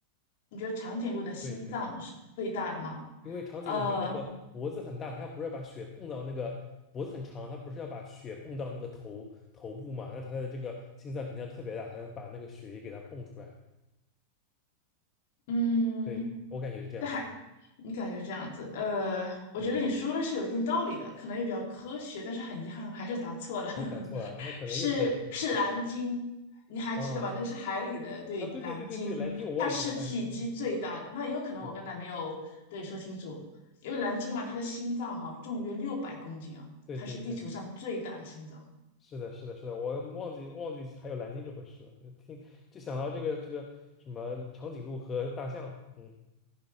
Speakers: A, on the left (about 50°); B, on the left (about 25°).
A: 你觉得长颈鹿的心脏是最大的吗？
B: 对对。因为长颈鹿它那个脖子很大，
A: 呃，
B: 它不是要把血泵到那个脖子很长，它不是要把血泵到那个头头部嘛？那它的这个心脏肯定要特别大，才能把那个血液给它泵出来。
A: 嗯，
B: 对，我感觉是这样子。
A: 但海，你感觉这样子，呃，我觉得你说的是有一定道理的，
B: 嗯，
A: 可能也比较科学，但是很遗憾还是答错了，<laughs>
B: 哎，打错了，那可能又是冷知识
A: 是是蓝鲸，你还记得吧？
B: 啊
A: 那个是海里的，对，
B: 啊！对对对对对，
A: 蓝鲸，
B: 蓝鲸我忘记了。
A: 它是体积最大的。
B: 哎，是的，
A: 那也有可能我刚才没有对说清楚，
B: 是的，
A: 因为蓝鲸嘛，它的心脏哈、重约六百公斤啊，
B: 对对对，
A: 它是地球上最大的心脏。
B: 是的，是的，是的，我忘记忘记还有蓝鲸这回事了，就听就想到这个这个什么长颈鹿和大象了。嗯，